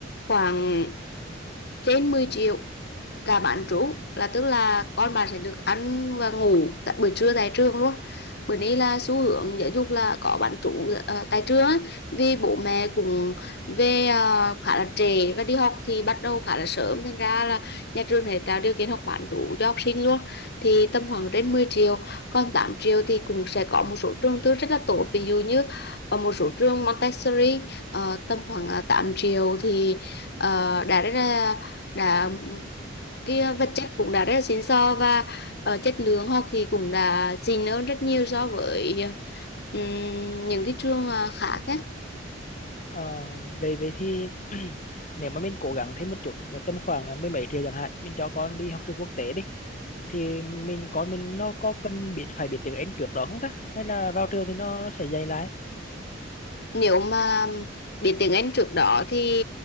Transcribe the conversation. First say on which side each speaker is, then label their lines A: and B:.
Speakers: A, on the left (about 60°); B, on the left (about 40°).
A: khoảng trên mười triệu cả bán trú là tức là con bạn sẽ được ăn và ngủ tại buổi trưa tại trường luôn bữa nay là xu hướng giáo dục là có bán trú ờ, tại trường á. vì bố mẹ cũng về ờ, khá là trễ và đi học thì bắt đầu khá là sớm thành ra là nhà trường sẽ tạo điều kiện học bán trú cho học sinh luôn thì tầm khoảng trên mười triệu còn 8 triệu thì cũng sẽ có một số trường tư rất là tốt ví dụ như ở một số trường Montessori ờ, tầm khoảng ờ, triệu thì ờ, đã rất là đã cái ờ, vật chất cũng đã rất là xịn sò và ờ, chất lượng học thì cũng đã xịn hơn rất nhiều so với ờ, ừm, những cái trường ờ, khác
B: ờ, về về thì <clears throat> nếu mà mình cố gắng thêm một chút là tầm khoảng là mười mấy triệu chẳng hạn mình cho con đi học trường quốc tế đi thì mình con mình nó có cần biết phải biết tiếng Anh trước đó không ta
A: á
B: hay là vào trường thì nó, nó sẽ dạy lại
A: Nếu mà biết tiếng Anh trước đó thì